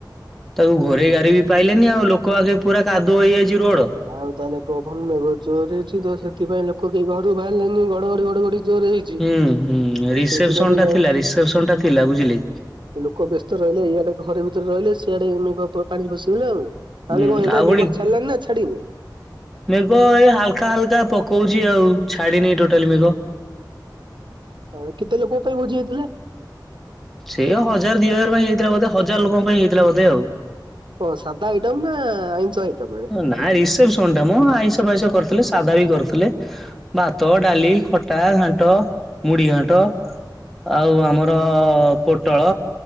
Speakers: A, in the centre; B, on the right (about 80°).
A: ତାକୁ ଘୋରେଇ ଘାରେଇ ବି ପାଇଲେନି ଆଉ ଲୋକ ଆସୀ ପୁରା କାଦୁଅ ହେଇଯାଇଛି ରୋଡ
B: ଆଉ ତାହେଲେ ପ୍ରଭନ ବେଘ ଜୋର ହେଇଛି ତ ସେଥିପାଇଁ ଲୋକ କେହି ଘରୁ ବାହାରିଲେନି ଘଡଘଡି ଘଡଘଡି ଜୋର ହେଇଛି ତ
A: ହୁଁ ହୁଁ ରିସେପସନ
B: ସେଇଥିପାଇଁ
A: ଟା
B: ଆଉ
A: ଥିଲା ରିସେପସନ ଟା ଥିଲା ବୁଝିଲେ
B: ଲୋକ ବ୍ୟସ୍ତ ରହିଲେ ଇଆଡେ ଘରେ ଭିତରେ ରହିଲେ ସିଆଡେ ପାଣି ପଶିଗଲା ଆଉ ତାହେଲେ
A: ହୁଁ
B: କଣ ଏଇନା
A: ଆଉପୁଣି
B: ମେଘ ଛାଡିଲାଣି ନା ଛାଡିନି
A: ମେଘ ଏଇ ହାଲକା ହାଲକା ପକଉଛି ଆଉ ଛାଡିନି ଟୋଟାଲ ମେଘ
B: ଆ କେତେ ଲୋକଙ୍କ ପାଇଁ ଭୋଜିି ହୋଇଥିଲା
A: ସେଇ ଆଉ ହଜାର ଦି ହଜାର ପାଇଁ ହେଇଥିଲା ବୋଧେ ହଜାର ଲୋକଙ୍କ ପାଇଁ ହେଇଥିଲା ବୋଧେ ଆଉ
B: ଓ ସାଧା ଆଇଟମ୍ ନା ଆଇଁଷ ଆଇଟମ
A: ନାଁ ରିସେପଶନଟା ମଁ ଆଇସ ଫାଇସ କରିଥିଲେ ସାଧା ବି କରିଥିଲେ ଭାତ ଡାଲି ଖଟା ଘାଣ୍ଟ ମୁଢି ଘାଣ୍ଟ ଆଉ ଆମର ପୋଟଳ